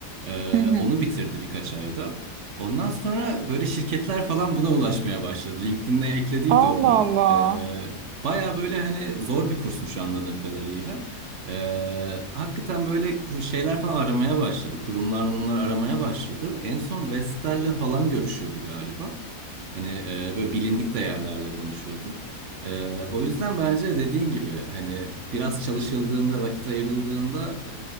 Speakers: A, on the right (about 50°); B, on the right (about 75°).
A: Ee,
B: hı hı.
A: onu bitirdi birkaç ayda. Ondan sonra böyle şirketler falan buna ulaşmaya başladı. LinkedIn'e eklediydi
B: Allah
A: onu.
B: Allah.
A: Ee, baya böyle hani zor bir kursmuş anladığım kadarıyla. Ee, hakikaten böyle kur- şeyler falan aramaya başladı. Kurumlar bunlar aramaya başladı. En son Vestel'le falan görüşüyordu galiba. Hani e, böyle bilindik değerlerle konuşuyordu. E, o yüzden bence dediğin gibi hani biraz çalışıldığında, vakit ayrıldığında